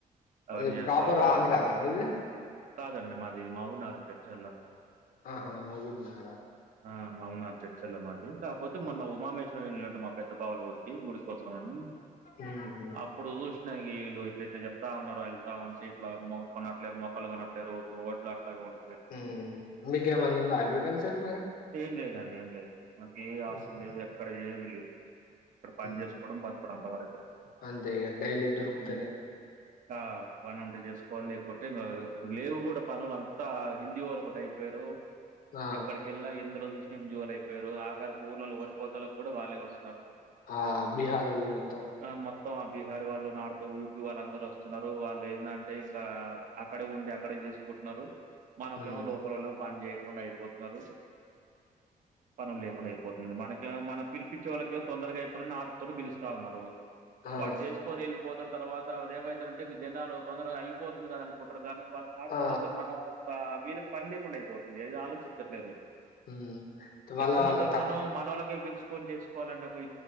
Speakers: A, on the right; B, on the left.
A: అవి అన్ని
B: ఏ
A: చేస్తా
B: ప్రాపర్
A: ఉన్నాం
B: ఆంధ్రానా మీది
A: కాదు అండి మది మా ఊరు నారా చెంచెర్ల
B: ఆహా మెహబూబ్ నగర్
A: ఆ అవున్న చెన్చర్చల్ల మాది కాకపోతే మొన్న
B: ఉహు
A: ఉమామేశ్వరం వెళ్ళినంటే మా పెద్ద బావలఊరికి గు కోసం అని
B: ఉమ్
A: అప్పుడు చూషణ ఇగ వీళ్ళు ఇట్ల ఇట్ల చెప్తున్నారు అని వెళ్తుంటే అలా కొనట్లేరు మొక్కలు కొనట్లేరు ఒడ్లు అట్లాగ ఉండిపోయాయి
B: హ్మ్ మీకు ఏం ఆయన ఉందా మరి అగ్రికల్చర్
A: ఏం లేదండి ఏం లేదు మాకు ఏ ఆస్తులు
B: ఉమ్
A: లేవు ఎక్కడ ఏవి లేవు ఇక్కడ పని
B: ఉమ్.
A: చేసుకోవడం బతుకడం అంతవరకే
B: అంతే ఇగ డైలీ దొరుకుతనే
A: ఈ ఆ పని ఉంటే చేసుకోవాలి లేకపోతే ఇంకా ఇప్పుడు లేవు కూడా పనులుంతా హిందీవాళ్ళు ఒకటి అయిపోయారు
B: ఆ
A: ఎక్కడకి వెళ్ళిన ఎందులో చూషణ ఎంజోయల్ అయిపోయారు ఆఖారికి ఊర్లలో వరిపోవతాలకు కూడా వాళ్ళే వస్తున్నారు
B: ఆ బీహారోల్లు మొత్తం
A: ఆ మొత్తం ఆ బీహార్ వాళ్ళు నార్త్ యూపి వాళ్ళు అందరుూ వస్తున్నారు వాళ్ళు ఏందిఅంటే ఇంకా అక్కడే ఉండి అక్కడే చేసుకుంటున్నారు రూ మనకేమో
B: ఉమ్
A: లోకలోలు పని చేయకుండా అయిపోతరూ పనులు లేకుండా అయిపోతుంది మనకే మనం పిలిపించే వాళ్ళకి తొందరగా అయిపోవాలియాని ఆశతోని పిలుస్తా ఉన్నారు
B: ఆ
A: వాడు చేసుకొని వెళ్ళిపోతాడు తర్వాత ఆది ఏం అత్తదింటే ఇగ జనాలు తొందరగా అయిపోతుంది కదా అను కుటరు కాగానీ వారు పాకపోతే
B: ఆ
A: మనం ఇంకా వీళ్ళకి పని లేకుండా అయిపోతుంది అది ఆలోచించట్లేరు
B: ఉమ్ వాళ్ళ
A: ఎక్కువ ఉన్న
B: వాళ్ళ
A: తక్కువ ఉన్న మనోళ్లకే ఇపిచి ఎక్కొని చేసుకోవాలనే ఒక